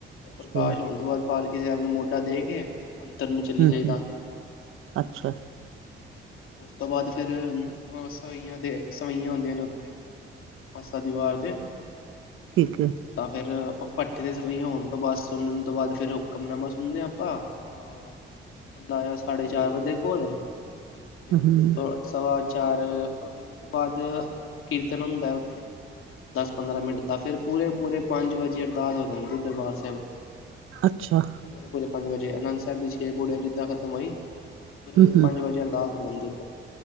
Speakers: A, on the left; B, on the right.
A: ਪ੍ਰਕਾਸ਼
B: ਅੱਛਾ,
A: ਹੋਣ ਤੋਂ ਬਾਅਦ ਪਾਲਕੀ ਸਾਹਿਬ ਨੂੰ ਮੋਢਾ ਦੇ ਕੇ ਅੰਦਰ ਨੂੰ ਚੱਲੀ
B: ਹੂੰ
A: ਜਾਈਦਾ
B: ਹੂੰ ਅੱਛਾ
A: ਉਸ ਤੋਂ ਬਾਅਦ ਫਿਰ ਅ ਸਵਈਆਂ ਦੇ ਸਵਈਆਂ ਹੁੰਦੀਆਂ ਨੇ ਉੱਥੇ ਪਾਸਾ ਦੀਵਾਰ ਦੇ
B: ਠੀਕ ਹੈ
A: ਤਾਂ ਫੇਰ ਭੱਠੇ ਦੇ ਸਵਾਇਆ ਹੋਣ ਤੋਂ ਬਾਅਦ ਸੁਣਨ ਤੋਂ ਬਾਅਦ ਫਿਰ ਹੁਕਮਨਾਮਾ ਸੁਣਦੇ ਹਾਂ ਆਪਾਂ ਅਹ ਅੰਦਾਜਾ ਆ ਸਾਢੇ ਚਾਰ ਵਜੇ ਕੋਲ
B: ਹੂੰ
A: ਫਿਰ
B: ਹੂੰ,
A: ਸੋ ਸਵਾ ਚਾਰ ਫਿਰ ਉਸ ਤੋਂ ਬਾਅਦ ਕੀਰਤਨ ਹੁੰਦਾ ਹੈ ਉੱਥੇ ਦਸ ਪੰਦਰਾਂ ਮਿੰਟ ਦਾ ਫਿਰ ਪੂਰੇ-ਪੂਰੇ ਪੰਜ ਵਜੇ ਅਰਦਾਸ ਹੋ ਜਾਂਦੀ ਦਰਬਾਰ ਸਾਹਿਬ
B: ਅੱਛਾ
A: ਪੂਰੇ-ਪੂਰੇ ਪੰਜ ਵਜੇ ਅਨੰਦ ਸਾਹਿਬ ਦੇ ਛੇ ਪੜੀਆਂ ਜਿੱਦਾਂ ਖਤਮ ਹੋਈ
B: ਹੂੰ
A: ਪੂਰੇ ਪੂਰੇ
B: ਹੂੰ
A: ਪੰਜ ਵਜੇ ਅਰਦਾਸ ਧ